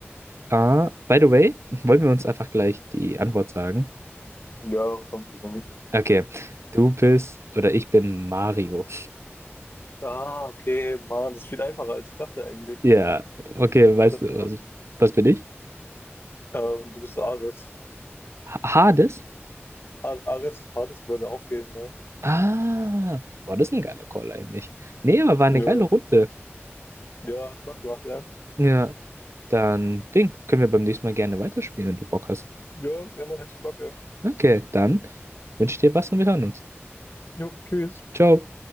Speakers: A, on the right (about 75°); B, on the left (about 55°).
A: Ah, by the way, <laughs> wollen wir uns einfach gleich die Antwort sagen?
B: Ja, komm, wieso nicht?
A: Okay, du bist oder ich bin Mario.
B: Ah, okay, Mann, das ist viel einfacher, als ich dachte eigentlich.
A: Ja, okay, weißt
B: Das
A: du,
B: ist
A: was,
B: was.
A: was bin ich?
B: Ähm, du bist Ares.
A: Ha- Hades?
B: Ar Ares, Hades würde auch gehen, ne?
A: Ah, boah, das ist ein geiler Call eigentlich. Nee, aber war eine
B: Ja.
A: geile Runde.
B: Ja, hat Spaß gemacht, ja.
A: Ja, dann Ding, können wir beim nächsten Mal gerne weiterspielen, wenn du Bock hast.
B: Ja, gerne, hätte ich Bock, ja.
A: Okay, dann wünsche ich dir was und wir hören uns.
B: Jo, tschüss.
A: Ciao.